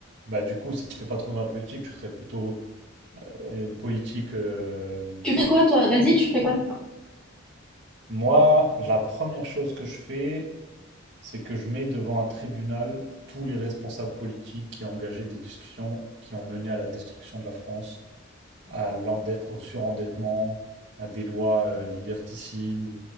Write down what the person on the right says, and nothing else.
bah du coup, si tu fais pas trop de la politique, tu serais plutôt une politique. euh,
Moi, la première chose que je fais, c'est que je mets devant un tribunal tous les responsables politiques qui ont engagé des discussions qui ont mené à la destruction de la France, à l'endette, au surendettement, à des lois euh, liberticides,